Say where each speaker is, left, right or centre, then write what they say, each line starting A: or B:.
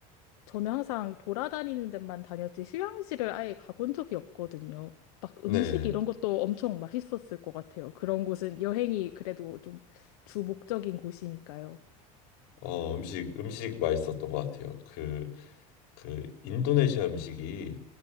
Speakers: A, on the left (about 85°); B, on the left (about 70°).
A: 저는 항상 돌아다니는 데만 다녔지 휴양지를 아예 가본 적이 없거든요. 막 음식
B: 네.
A: 이런 것도 엄청 맛있었을 것 같아요. 그런 곳은 여행이 그래도 좀 주 목적인 곳이니까요.
B: 어, 음식 음식 맛있었던 것 같아요. 그 그 인도네시아 음식이